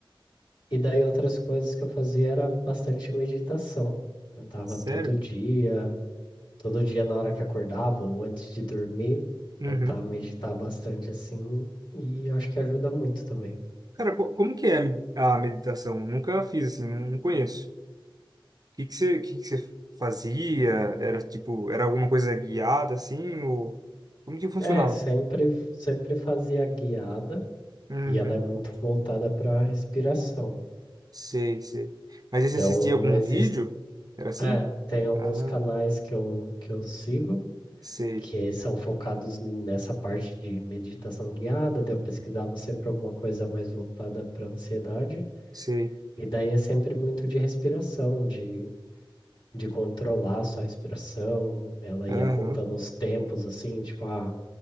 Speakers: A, on the left; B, on the right.
A: E daí outras coisas que eu fazia era bastante meditação. Tentava
B: Sério?
A: todo dia, todo dia na hora que acordava ou antes de dormir,
B: Uhum.
A: tentar meditar bastante assim, e acho que ajuda muito também.
B: Cara, co- como que é a med- a meditação? Nunca fiz assim, não não conheço. O que que você, o que que você fazia? Era tipo, era alguma coisa guiada assim ou como que funcionava?
A: É, sempre sempre fazia guiada
B: Uhum.
A: e ela é muito voltada para a respiração.
B: Sei, sei. Mas aí
A: Então,
B: você assistia algum
A: existe,
B: vídeo? Era assim?
A: é, tem alguns
B: Ah,
A: canais que eu, que eu sigo
B: sei,
A: que são focados nessa parte de meditação guiada. daí Eu pesquisava sempre alguma coisa mais voltada para ansiedade,
B: sei.
A: e daí é sempre muito de respiração, de, de controlar a sua respiração. Ela
B: Aham.
A: ia contando os tempos, assim, tipo, ah,